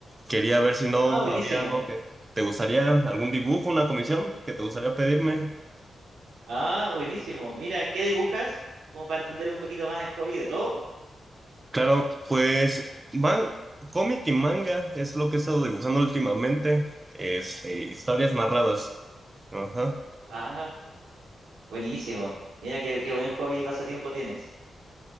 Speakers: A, on the right; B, on the right.
A: Quería ver si no
B: Ah, buenísimo.
A: había algo que te gustaría, algún dibujo, una comisión que te gustaría pedirme.
B: Ah, buenísimo. Mira, ¿qué dibujas? Como para entender un poquito más el hobby de todo.
A: Claro, pues man, cómic y manga es lo que he estado dibujando últimamente, es eh, historias narradas. Ajá,
B: Ah, buenísimo. Mira, qué, qué buen hobby y pasatiempo tienes.